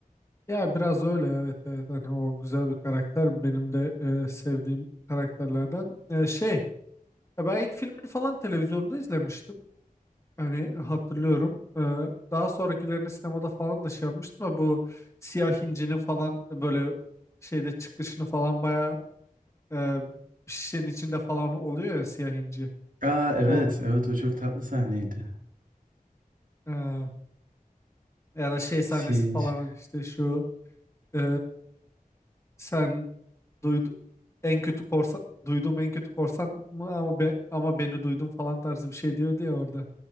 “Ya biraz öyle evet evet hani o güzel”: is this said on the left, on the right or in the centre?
Left